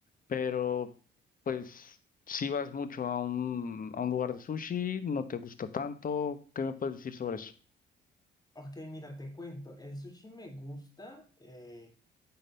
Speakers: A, on the left; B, on the left.
A: pero pues si vas mucho a un, a un lugar de sushi, no te gusta tanto, ¿qué me puedes decir sobre eso?
B: Ok, mira, te cuento, el sushi me gusta. eh,